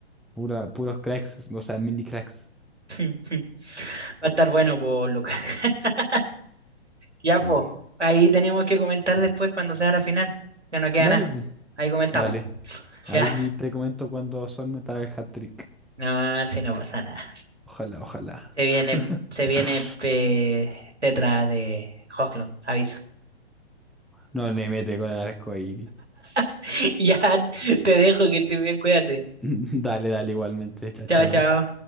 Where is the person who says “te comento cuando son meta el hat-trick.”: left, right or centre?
Centre